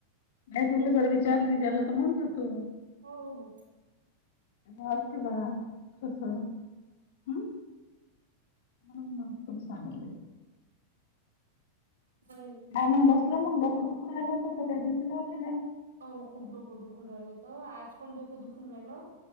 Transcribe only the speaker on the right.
हो हो
म्हणेन
हो खूप डोकं दुखून राहिल होतं आज पण डोकं दुखून राहिलं